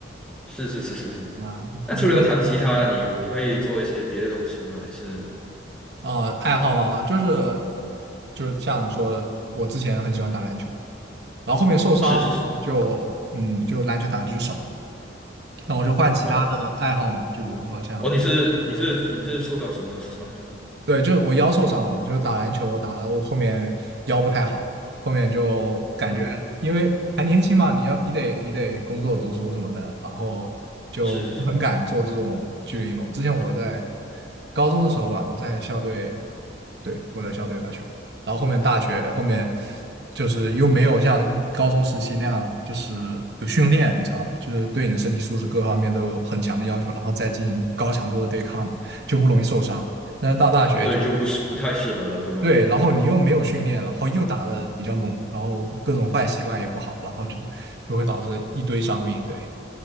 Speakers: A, in the centre; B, on the right (about 60°).
A: 是是是是是。
B: 嘛啊。
A: 那除了弹吉他，
B: 如果
A: 你有你会做一些别的东西吗？还是？
B: 啊、呃爱好嘛，就是就是像你说的，我之前很喜欢打篮球。然后后面受伤了，
A: 是是是，
B: 就嗯，就篮球打的就少了，那我就换其他的爱好嘛，
A: 哦
B: 就比如说像，
A: 哦，你是你是你是受到什么伤呢？
B: 对，就是我腰受伤了，就是打篮球打的我后面腰不太好，后面就感觉因为还年轻嘛，
A: 啊，
B: 你要你得你得工作读书什么的，然后就很敢做这种剧烈运动。
A: 是是是，
B: 之前我在高中的时候吧，我在校队对，我在校队打球。然后后面大学后面就是又没有像高中时期那样，就是有训练，你知道吗？就是对你的身体素质各方面都有很强的要求，然后再进行高强度的对抗嘛，就不容易受伤。但是到大学就
A: 所以就不是不太适合了，对吗？
B: 对，然后你又没有训练，然后又打的比较猛，然后各种坏习惯也不好，然后就就会导致一堆伤病。对，